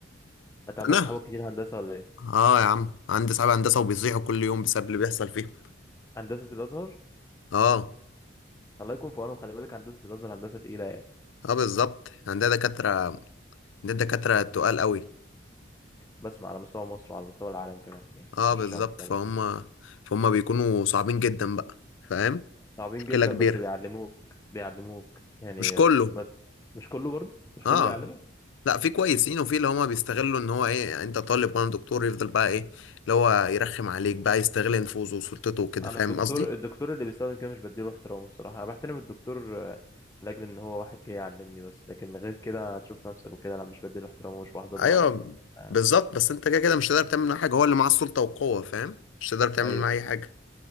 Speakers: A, on the left; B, on the left.
A: أنت عندك
B: انا
A: صحابك كتير هندسة ولا إيه؟
B: اه يا عم عندي صحاب هندسه وبيصيحوا كل يوم بسبب اللي بيحصل فيهم
A: هندسة الأزهر
B: اه
A: الله يكون في عونهم خلي بالك هندسة الأزهر هندسة تقيلة يعني
B: اه بالظبط عندنا دكاتره عندنا دكاتره تقال قوي
A: بسمع على مستوى مصر وعلى مستوى العالم كمان يعني
B: اه
A: مش
B: بالظبط
A: على مستوى
B: فهم
A: مصر بس
B: فهم بيكونوا صعبين جدا بقى فاهم
A: صعبين
B: مشكله
A: جدا
B: كبيره
A: بس بيعلموك بيعلموك يعني
B: مش كله
A: بس مش كله برضه مش
B: اه
A: كله بيعلمك
B: لا في كويسين وفي اللي هما بيستغلوا ان هو ايه يعني انت طالب وانا دكتور يفضل بقى ايه اللي هو يرخم عليك بقى يستغل نفوذه وسلطته وكده
A: انا
B: فاهم
A: الدكتور
B: قصدي
A: الدكتور اللي بيستخدم كده مش بديله احترامه الصراحه انا بحترم الدكتور آه، لاجل ان هو واحد جاي يعلمني بس لكن غير كده هتشوف نفسك وكده لا مش بديله احترامه ومش بحضر
B: ايوه
A: له عادي آه،
B: بالظبط بس انت كده كده مش هتقدر تعمل معاه حاجه هو اللي معاه السلطه والقوه فاهم مش هتقدر تعمل
A: ايوه
B: معاه اي حاجه